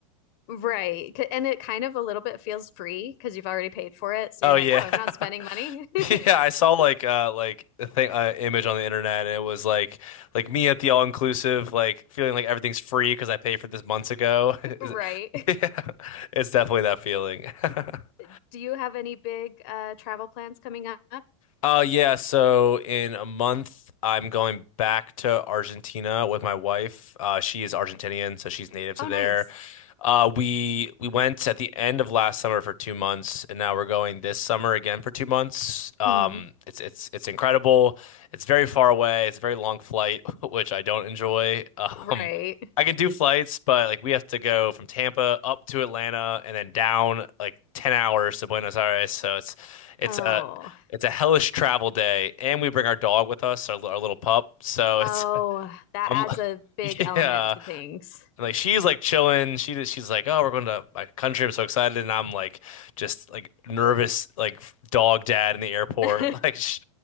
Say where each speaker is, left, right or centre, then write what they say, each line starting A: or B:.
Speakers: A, on the left; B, on the left.
A: Right. C- And it kind of a little bit feels free because you've already paid for it. So
B: Oh
A: you're
B: yeah.
A: like, oh, I'm
B: <laughs>
A: not spending money.
B: <laughs>
A: <laughs>
B: Yeah, I saw like uh like a thing uh, image on the internet and it was like like me at the all inclusive like feeling like everything's free because I paid for this months ago. <laughs> Is
A: Right.
B: it- <laughs> Yeah, it's definitely that feeling. <laughs>
A: <laughs> Do you have any big uh, travel plans coming up?
B: Uh, yeah, so in a month, I'm going back to Argentina with my wife. Uh, she is Argentinian, so she's native to
A: Oh,
B: there.
A: nice.
B: Uh, we we went at the end of last summer for two months, and now we're going this summer again for two months. Um,
A: hmm
B: it's it's it's incredible. It's very far away. It's a very long flight, <laughs> which I don't enjoy. Um,
A: Right.
B: I can do flights, but like we have to go from Tampa up to Atlanta and then down like 10 hours to Buenos Aires, so it's it's
A: Oh.
B: a it's a hellish travel day, and we bring our dog with us, our, our little pup. So
A: Oh,
B: it's
A: that
B: I'm
A: adds a
B: <laughs>
A: big
B: yeah,
A: element to things.
B: and like she's like chilling. She just- she's like, oh, we're going to my country. I'm so excited, and I'm like just like nervous, like dog dad in the airport,
A: <laughs>
B: <laughs> like sh